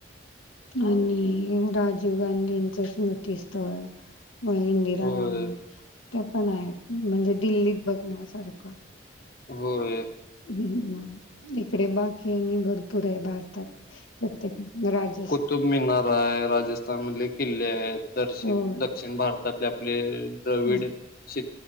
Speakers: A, on the left; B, on the left.
A: आणि राजीव गांधींचं स्मृतीस्थळ मग हे इंदिरा
B: होय
A: गांधी त्या पण आहेत म्हणजे दिल्लीत बघण्यासारखं.
B: होय
A: <inaudible> हम्म, इकडे बाकी आणि भरपूर आहे भार तात प्रत्येक राज
B: तुब मिनारा आहे, राजस्थान मधले किल्ले आहे दर्शिण
A: होय,
B: दक्षिण भारतातले आपले दविड
A: हं,
B: श